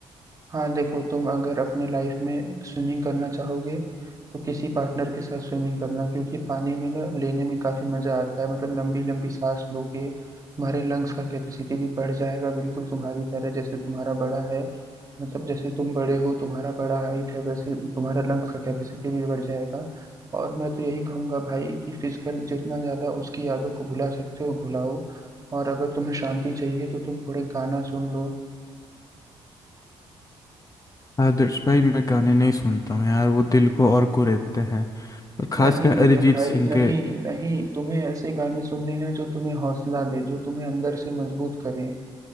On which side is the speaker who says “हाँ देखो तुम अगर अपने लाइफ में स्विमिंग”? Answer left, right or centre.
Right